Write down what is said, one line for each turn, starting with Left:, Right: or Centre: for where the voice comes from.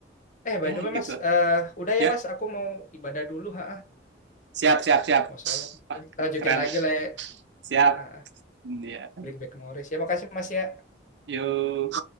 Left: Eh, by
Right: Ya
Left: the way
Right: gitu.
Left: mas, eh, udah
Right: Ya,
Left: ya mas, aku mau ibadah dulu. Ha,
Right: siap, siap, siap.
Left: mau sholat.
Right: Wah,
Left: Kita lanjutin
Right: keren.
Left: lagi lah ya.
Right: Siap.
Left: Ha, ha,
Right: Ya.
Left: Bring back memories. Ya makasih mas ya.
Right: Yuk.